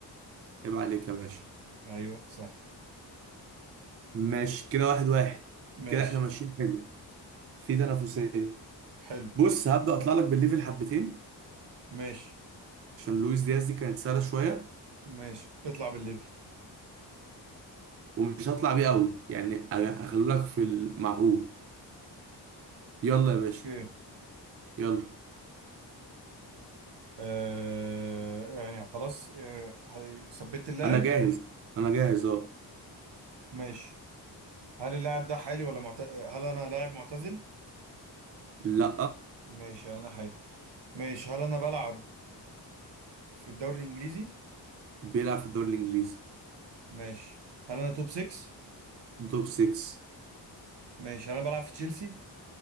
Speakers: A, on the right; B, on the right.
A: عيب عليك يا باشا
B: ايوه صح
A: ماشي كده واحد واحد
B: ماشي
A: كده احنا ماشيين حلو في تنافسية
B: حلو
A: بص هبدأ اطلع لك بالليفل حبتين
B: ماشي
A: عشان لويس دياز دي كانت سهلة شوية
B: ماشي اطلع بالليفل
A: ومش هطلع بيه قوي يعني هخلو لك في المعقول يلا يا باشا
B: اوكي
A: يلا
B: آه يعني خلاص آه ح- ثبت اللاعب
A: انا جاهز انا جاهز اه
B: ماشي هل اللاعب ده حالي ولا معت... هل انا لاعب معتزل
A: لا
B: ماشي هل انا حالي ماشي هل انا بلعب في الدوري الانجليزي
A: بيلعب في الدوري الانجليزي
B: ماشي هل انا توب 6
A: توب 6
B: ماشي هل انا بلعب في تشيلسي